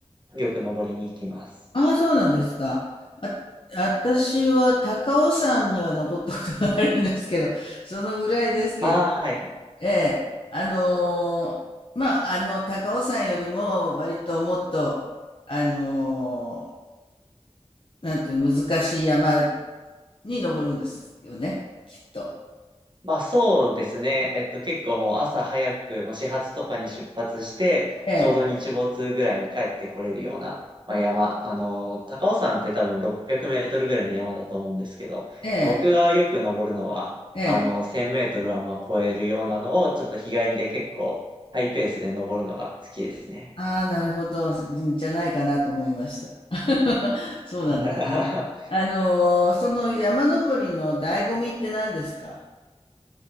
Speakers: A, on the right (about 40°); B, on the left (about 45°).
A: よく登りに行きます。
B: ああ、そうなんですか。あ、私は高尾山には登ったことがあるんですけど、そのぐらいですけど、
A: ああ、はいはい。
B: ええ。あのーまあ、あの、高尾山よりも割ともっと、あのーなんていうの難しい山に上るんですよね、きっと。
A: まあそうですね。えっと結構もう朝早く、もう始発とかに出発して、
B: ええ、
A: ちょうど日没ぐらいに帰ってこれるような、まあ、山。あの、高尾山って多分600メートルぐらいの山だと思うんですけど、
B: ええ、
A: 僕がよく登るのは、
B: ええ。
A: あの、1000メートルはまあ超えるようなのを、ちょっと日帰りで結構ハイペースで登るのが好きですね。
B: ああ、なるほど、んじゃないかなと思いました。<laughs> そうなんですね。
A: <laughs>
B: あの、その山登りの醍醐味って何ですか？